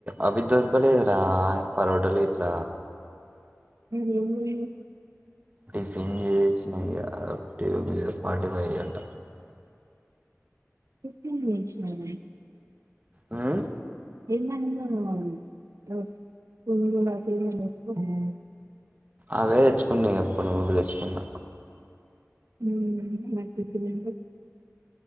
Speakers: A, on the right; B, on the right.
A: అవి దొరకలేదురా పరోటలు యిట్ల!
B: అది యేఊరు
A: టిఫిన్ జేస్ నయ, టేబులియ్ ఫార్టీ ఫైవ్ అంట.
B: టిఫిన్ జేస్ నయనా
A: వూమ్
B: యేమన్స రోస్ట్ కూరలు జెయమని చెప్పు మె
A: అవె తెచ్చుకున్నె గా యిప్పుడు, నువ్ తెచ్చుకున్న
B: హుమ్ బాయ్ యిప్పుడేంటై.